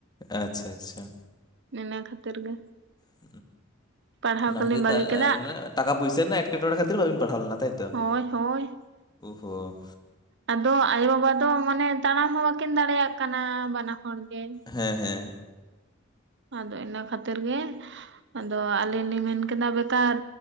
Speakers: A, on the left; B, on the right.
A: ᱟᱪᱪᱷᱟ ᱟᱪᱪᱷᱟ
B: ᱤᱱᱟᱹ ᱠᱷᱟᱹᱛᱤᱨ ᱜᱮ
A: ᱾
B: ᱯᱟᱲᱦᱟᱣ
A: ᱚᱱᱟ
B: ᱠᱚᱞᱤᱧ
A: ᱠᱷᱟᱹᱛᱤᱨ
B: ᱵᱟᱹᱜᱤ ᱠᱮᱫᱟ
A: ᱴᱟᱠᱟ ᱯᱚᱭᱥᱟ ᱨᱮᱱᱟᱜ ᱮᱸᱴᱠᱮᱴᱚᱚᱲᱮ ᱠᱷᱟᱹᱛᱤᱨ ᱵᱟᱹᱵᱤᱱ ᱯᱟᱲᱦᱟᱣ ᱞᱮᱱᱟ ᱛᱟᱭᱛᱚ
B: ᱦᱳᱭ
A: ᱾
B: ᱦᱳᱭ <unintelligible>
A: ᱠᱚ
B: ᱟᱫᱚ ᱟᱭᱳᱼᱵᱟᱵᱟ ᱫᱚ ᱢᱟᱱᱮ ᱛᱟᱲᱟᱢ ᱦᱚᱸ ᱵᱟᱹᱠᱤᱱ ᱫᱟᱲᱮᱭᱟᱜ ᱠᱟᱱᱟ ᱵᱟᱱᱟ ᱦᱚᱲ ᱜᱮ ᱾
A: ᱦᱮᱸ ᱦᱮᱸ
B: ᱟᱫᱚ ᱤᱱᱟᱹ ᱠᱷᱟᱹᱛᱤᱨ ᱜᱮ ᱾ ᱟᱫᱚ ᱟᱹᱞᱤᱧ ᱞᱤᱧ ᱢᱮᱱᱠᱮᱫᱟ ᱵᱮᱠᱟᱨ